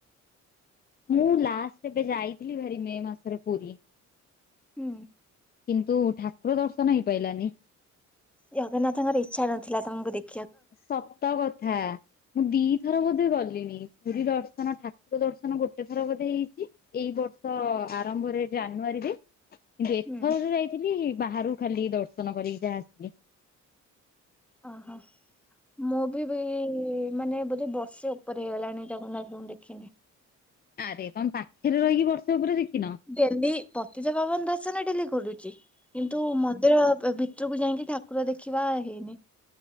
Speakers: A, on the left; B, in the centre.
A: ମୁଁ ଲାଷ୍ଟ ଏବେ ଯାଇଥିଲି ଭାରି ମେ ମାସରେ ପୁରୀ।
B: ହୁଁ।
A: କିନ୍ତୁ ଠାକୁର ଦର୍ଶନ ହେଇପାଇଲାନି।
B: ଜଗନ୍ନାଥଙ୍କ ଇଚ୍ଛା ନ ଥିଲା ତମକୁ ଦେଖି
A: ସତ କଥା। ମୁଁ ଦି ଥର ବୋଧେ ଗଲିଣି ପୁରୀ ଦର୍ଶନ ଠାକୁର ଦର୍ଶନ ଗୋଟେ ଥର ବୋଧେ ହେଇଚି ଏଇ ବର୍ଷ ଆରମ୍ଭରେ ଜାନୁଆରୀରେ କିନ୍ତୁ ଏଥର
B: ହୁଁ।
A: ଯଉ ଯାଇଥିଲି ବାହାରୁ ଖାଲି ଦର୍ଶନ କରିକି ଯାହା ଆସିଲି।
B: ଓହୋ ମୁଁ ବି ଭେ ଏଇ ମାନେ ବୋଧେ ବର୍ଷେ ଉପରେ ହେଇଗଲାଣି ଜଗନ୍ନାଥଙ୍କୁ ଦେଖିନି।
A: ଆରେ ତମେ ପାଖରେ ରହିକି ବର୍ଷା ଉପରେ ଦେଖିନ।
B: <unintelligible> ଡେଲି ପତିତ ପାବନ ଦର୍ଶନ ଡେଲି କରୁଚି କିନ୍ତୁ ମନ୍ଦିର ଭ- ଭ-ଭି ଭିତରୁକୁ ଯାଇକି ଠାକୁର ଦେଖିବା ହେଇନି।